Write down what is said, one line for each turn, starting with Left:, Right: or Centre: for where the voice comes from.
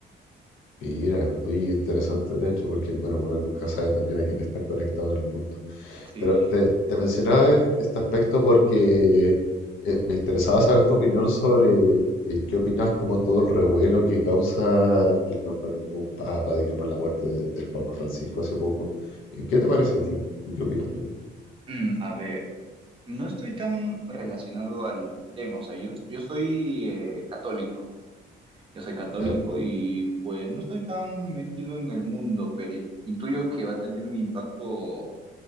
Left: mira, oye, interesante de hecho, porque, bueno, uno nunca sabe también a quién están conectados en el mundo.
Right: Sí,
Left: Pero te,
Right: sí.
Left: te mencionaba e- este aspecto porque eh, me interesaba saber tu opinión sobre eh, qué opinas como todo el revuelo que causa el nombramiento de un papa, digamos, la muerte de- del Papa Francisco hace poco. Eh, ¿qué te parece a ti? ¿O qué opinas tú?
Right: Mm, a ver, no estoy tan relacionado al tema, o sea, yo, yo soy eh, católico, Yo soy católico
Left: ¿Ya?
Right: y pues no estoy tan metido en el mundo, pero intuyo que va a tener un impacto